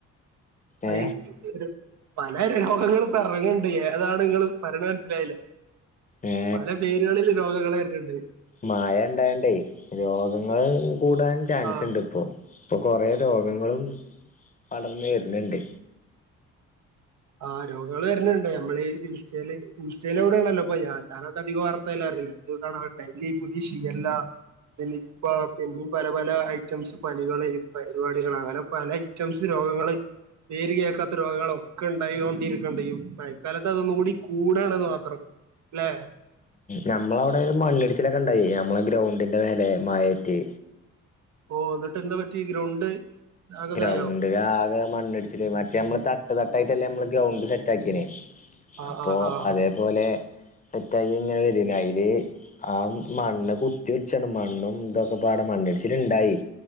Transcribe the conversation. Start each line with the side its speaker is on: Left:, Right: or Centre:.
Left: ഏ
Right: ആയി ഇവര് പല രോഗങ്ങള് പിറകേയുണ്ട് ഏതാണ് നിങ്ങള് പറയണ മനസ്സിലായില്ല,
Left: ഏ
Right: പല പേരുകളില് രോഗങ്ങള് വരണുണ്ട്.
Left: മായം ഉണ്ടായേണ്ടേ രോഗങ്ങള് കൂ ചാൻസ്
Right: ആഹ്
Left: ഉണ്ട് ഇപ്പോ ഇപ്പൊ കൊറേ രോഗങ്ങളും പടർന്ന് വരുന്നുണ്ട്
Right: ആ രോഗങ്ങള് വരണുണ്ട്, നമ്മള് ഇൻസ്റ്റയില് ഇൻസ്റ്റയിലൂടാണല്ലോ അപ്പം അതിനാത്ത് അധികം ആർക്കും പിന്നെ ഇപ്പ പുതിയ ഷിഗല്ല, നിപ്പ, പിന്നെ പല പല ഐറ്റംസ് പനികള് പരിപാടികൾ അങ്ങനെ പല ഐറ്റംസ് രോഗങ്ങള് പേര് കേൾക്കാത്ത രോഗങ്ങളോ ഒക്കെയൊണ്ടാണ്ടിരിക്കൊണ്ടിയും, മായക്കാലത്ത് അതൊന്നുകൂടി കൂടണെന്ന് മാത്രം ല്ലെ
Left: നമ്മളടവിടെ ഒരു മണ്ണിടിച്ചിലൊക്കെണ്ടായി, നമ്മ ഗ്രൗ തിൻ്റെ മേലെ മയേറ്റി
Right: ഓ എന്നിട്ട് എന്താ പറ്റി? ഗ്രൗണ്ട് ആകതായോ
Left: ഗ്രൗണ്ട് ആകെ മണ്ണിടിച്ചില്, മറ്റേ നമ്മള് തട്ട് തട്ടായിട്ടല്ലേ നമ്മ ഗ്രൗണ്ട് സെറ്റ് ആക്കിയനേ
Right: ആഹ്
Left: അപ്പോ
Right: ആഹ് ആഹ്
Left: അതേപോലെ സെറ്റാക്കി ഇങ്ങനെ വരേനി അയില് ആ മണ്ണ് കുത്തി ഒലിച്ചാണ് മണ്ണും ഇതൊക്കെ പാടെ മണ്ണിടിച്ചിലുണ്ടായി.